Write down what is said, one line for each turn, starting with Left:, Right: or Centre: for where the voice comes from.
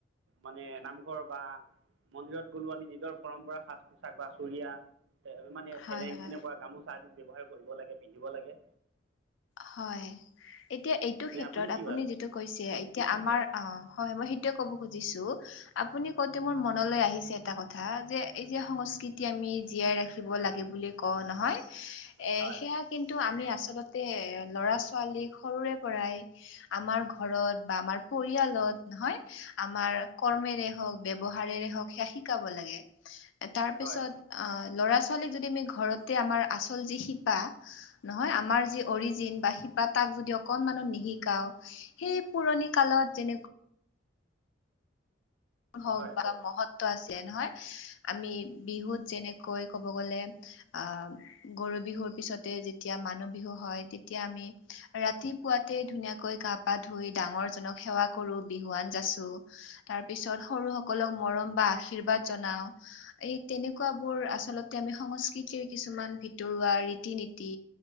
Right: মানে নামঘৰ বা মন্দিৰত গলো আমি নিজৰ পৰম্পৰা সাজ পোছাক বা চুুৰিয়া মানে
Left: হয়
Right: চেলেং
Left: হয়
Right: এনেকুৱা গামো চা যিত ব্যৱহাৰ কৰিব লাগে পিন্ধিব লাগে।
Left: হয়, এতিয়া এইটো ক্ষেত্ৰত
Right: নে কি
Left: আপুনি
Right: ভাবে
Left: যিটো কৈছে এতিয়া আমাৰ অ', হয় মই সেইটোয়ে ক'ব খুজিছোঁ আপুনি কৌতে মোৰ মনলৈ আহিছে এটা কথা যে এই যে সংস্কৃতি আমি জীয়াই ৰাখি- শিকিব লাগে বুলি কও নহয়,
Right: হয়
Left: সেয়া
Right: হয়
Left: কিন্তু আমি আছলত তে ল'ৰা ছোৱালীক সৰুৰে পৰাই- আমাৰ ঘৰত বা আমাৰ পৰিয়ালত, নহয়? আমাৰ কৰ্মেৰে হওঁক, ব্যৱহাৰেৰে হওঁক, সেয়া শিকাব লাগে। তাৰ পিছত
Right: হয়
Left: অ, ল'ৰা ছোৱালী যদি আমি ঘৰতে আমাৰ আচল যি বা নহয় আমাৰ যি অৰিজিন বা শি বা তাক যদি অকনমানত নিশিকাও, সেই পুৰণি কালত যেনেক হওক
Right: হয়
Left: বা
Right: কওক
Left: মহত্ব আছে নহয়, আমি বিহুত যেনেকৈ ক'ব গলে আহ গৰু বিহুৰ পিছতে যেতিয়া মানুহ বিহু হয় তেতিয়া আমি- ৰাতিপুৱাতে ধুনীয়াকৈ গা পা ধুই ডাঙৰ জনক সেৱা কৰো বিহুৱান যাচো। তাৰ পিছত সৰু সকলক মৰম বা আশীৰ্বাদ জনাও। এই তেনেকুৱাবোৰ আচলতে আমি সংস্কৃতিৰ কিছুমান ভিতৰুৱা ৰীতি নীতি।